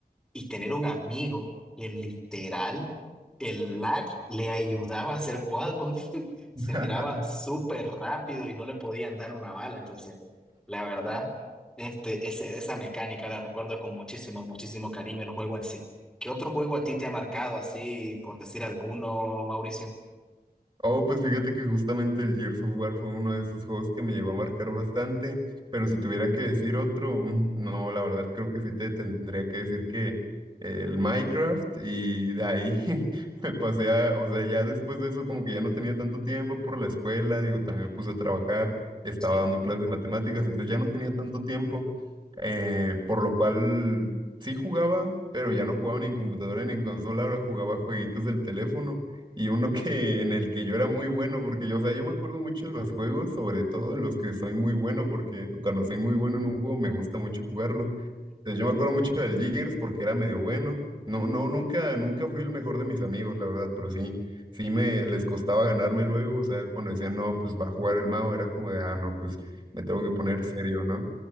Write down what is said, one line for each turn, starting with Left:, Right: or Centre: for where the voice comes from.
Centre: y tener un amigo que literal, el lag le ayudaba a hacer wall bounce. <laughs> Se
Right: <laughs>
Centre: miraba súper rápido y no le podían dar una bala. Entonces, la verdad, este, ese- esa mecánica la recuerdo con muchísimo, muchísimo cariño el juego en sí. ¿Qué otro juego a ti te ha marcado así, por decir alguno, Mauricio?
Right: Oh, pues fíjate que justamente el Gears of War fue uno de esos juegos que me llegó a marcar bastante, pero si tuviera que decir otro, mm, no, la verdad creo que sí te tendría que decir que el Minecraft y de ahí <laughs> me pasé a, o sea, ya después de eso como que ya no tenía tanto tiempo por la escuela, digo, también me puse a trabajar, estaba
Centre: Sí,
Right: dando clases de matemáticas, entonces ya no tenía tanto tiempo, eh, por lo cual sí jugaba, pero ya no jugaba ni en computadora ni en consola, ahora jugaba jueguitos del teléfono. Y uno que en el que yo era muy bueno, porque yo, o sea, yo me acuerdo mucho de los juegos, sobre todo en los que soy muy bueno, porque cuando soy muy bueno en un juego me gusta mucho jugarlo. Entonces, yo me acuerdo mucho del Gears porque era medio bueno. No, no, nunca, nunca fui el mejor de mis amigos, la verdad, pero sí, sí me les costaba ganarme luego. O sea, cuando decían, no, pues va a jugar el mago, era como de, ah, no, pues me tengo que poner serio, ¿no?